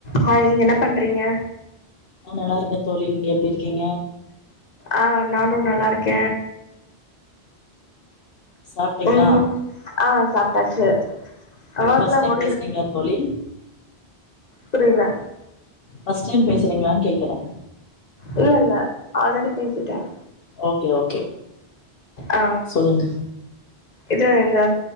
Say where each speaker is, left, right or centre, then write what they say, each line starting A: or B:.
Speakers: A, on the left; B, on the left.
A: ஹாய் என்ன பண்றிங்க
B: நல்லாருக்க தோழி நீங்க எப்டி இருக்கீங்க
A: ஆ நானு நல்லாருக்க
B: சாப்ட்டீங்களா
A: ம் ஆ சாப்ட்டாச்சு
B: நீங்க
A: ஒர்க்லா
B: ஃபர்ஸ்ட் டைம்
A: முடி
B: பேசறீங்களா தோழி
A: புரியல
B: ஃபர்ஸ்ட் டைம் பேசுறிங்களான் கேக்கற
A: இல்ல இல்ல ஆல்ரெடி பேசிட்டேன்
B: ஓகே ஓகே
A: ஆ
B: சொல்லுங்க
A: இது இந்த